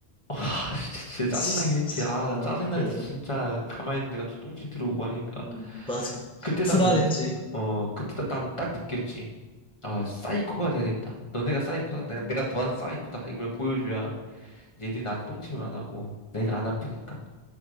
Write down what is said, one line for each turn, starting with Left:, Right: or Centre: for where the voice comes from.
Left: 아, 진짜, 진짜
Centre: 그치.
Left: 짜증나긴 했지.
Centre: 그치.
Left: 아,
Centre: 어,
Left: 나 짜증나는데
Centre: 그,
Left: 진짜 가만히 있는 데가 또 똥진 들어오고 하니까.
Centre: 음, 맞아.
Left: 그때 딱
Centre: 불안했지.
Left: 느끼, 어, 그때 난 딱 느꼈지. 아, 사이코가 돼야 된다. 너네가 사이코다. 내가, 내가
Centre: 음.
Left: 더한 사이코다. 이걸 보여줘야 얘들이 나한테 똥침을 안 하고 내가 안 아프니까.